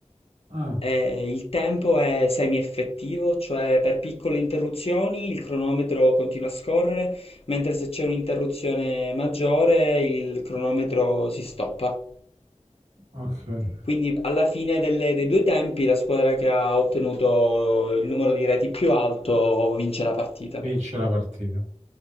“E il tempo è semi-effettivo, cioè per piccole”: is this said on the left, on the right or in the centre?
Left